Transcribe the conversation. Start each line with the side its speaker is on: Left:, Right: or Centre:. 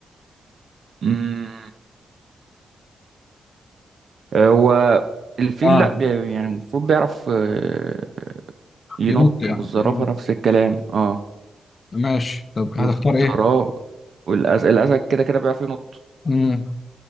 Right: مم. آه، هو الفيل
Left: اه
Right: لا بي- يعني المفروض بيعرف آه، ينط
Left: ينط يعني
Right: والزرافة
Left: إيه،
Right: نفس الكلام اه
Left: ماشي طب
Right: والزرافة
Left: هتختار ايه
Right: والأسد الأسد كده كده بيعرف ينط
Left: امم